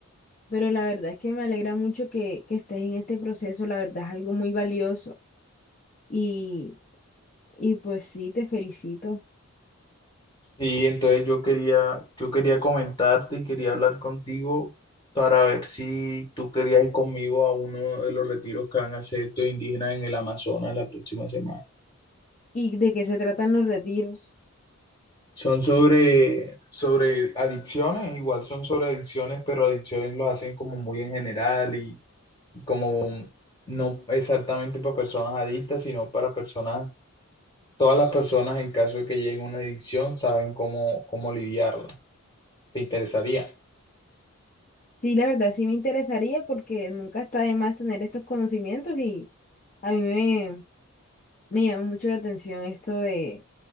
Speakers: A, on the left; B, on the left.
A: pero la verdad es que me alegra mucho que, que estés en este proceso, la verdad es algo muy valioso y, y pues sí, te felicito.
B: Sí, entonces yo quería, yo quería comentarte y quería hablar contigo para ver si tú querías ir conmigo a uno de los retiros que van a hacer estos indígenas en el Amazonas la próxima semana.
A: ¿Y de qué se tratan los retiros?
B: Son sobre, sobre adicciones, igual son sobre adicciones, pero adicciones lo hacen como muy en general y, y como no exactamente para personas adictas, sino para personas, todas las personas en caso de que lleguen a una adicción saben cómo, cómo lidiarla. ¿Te interesaría?
A: Sí, la verdad sí me interesaría porque nunca está de más tener estos conocimientos y a mí me, me llama mucho la atención esto de,